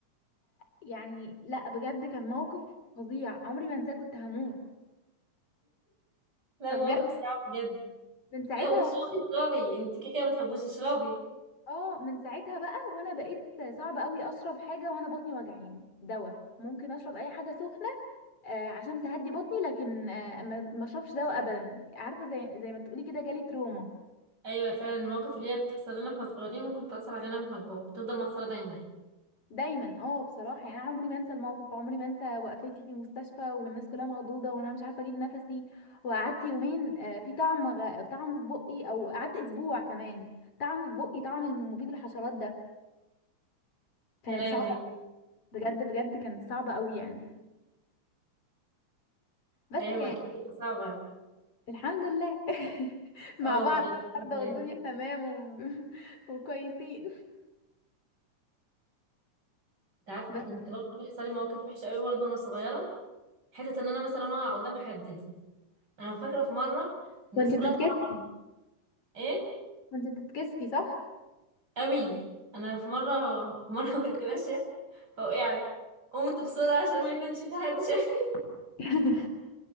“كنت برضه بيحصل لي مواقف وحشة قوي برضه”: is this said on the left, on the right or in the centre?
Right